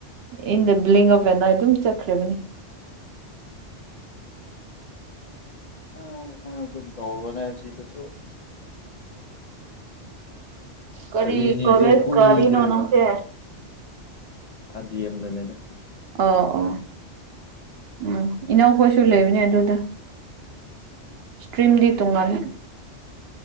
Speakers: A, on the right; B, on the left.
A: ꯏꯟ ꯗ ꯕ꯭ꯂꯤꯡ ꯑꯣꯐ ꯑꯦꯟ ꯑꯥꯅ ꯑꯗꯨꯝ ꯆꯠꯈ꯭ꯔꯕꯅꯤ
B: ꯑꯥ ꯑꯥ ꯑꯗꯨꯝ ꯇꯧꯔꯣꯅꯦ ꯁꯤꯗꯁꯨ
A: ꯀꯔꯤ
B: ꯆꯍꯤ ꯑꯅꯤꯁꯦ
A: ꯀꯣꯂꯦꯖ
B: ꯀꯨꯏꯗ꯭ꯔꯦꯕ
A: ꯀꯥꯔꯤꯅꯣ ꯅꯪꯁꯦ
B: ꯑꯥ ꯗꯤ ꯑꯦꯝꯗꯅꯤꯗ
A: ꯑꯣ ꯑꯣ ꯎꯝ ꯏꯅꯥꯎꯈꯣꯏꯁꯨ ꯂꯩꯕꯅꯦ ꯑꯗꯨꯗ ꯁꯇ꯭ꯔꯤꯝꯗꯤ ꯇꯣꯡꯉꯥꯟꯂꯦ